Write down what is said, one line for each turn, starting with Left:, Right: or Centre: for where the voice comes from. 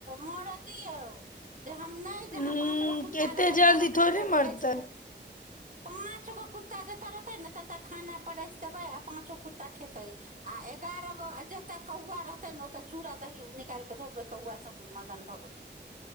Right: मरअ् दियौ जे हम नई जहाँ
Left: हूं
Right: पाँच गो कुत्ता
Left: एते
Right: रहल
Left: जल्दी
Right: तहाँ खाना
Left: थोड़ी
Right: प्रसाद
Left: मरतै
Right: दे पाँच गो कुत्ता जतऽ रहतै न ततऽ खाना परसि देबै आ पाँचो कुत्ता खेतै आ एगारह गो जतय कौआ रहतै त चूड़ा दही निकाल के ध देबै कौआ सब मगन भऽ के खेतैइ